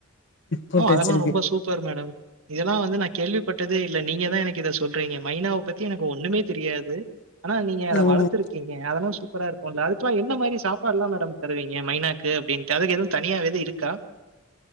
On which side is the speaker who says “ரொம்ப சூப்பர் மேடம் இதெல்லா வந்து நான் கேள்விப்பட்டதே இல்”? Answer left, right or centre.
Right